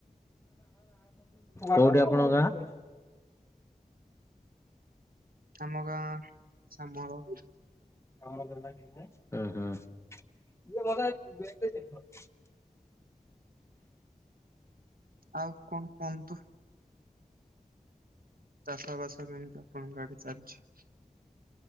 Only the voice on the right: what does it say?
ଆମ ଗାଁ ସାମଳ।
ଆଉ କଂ କୁହନ୍ତୁ? ଚାଷ ବାସ କେମିତି ଆପଣଙ୍କ ଆଡେ ଚାଲିଛି?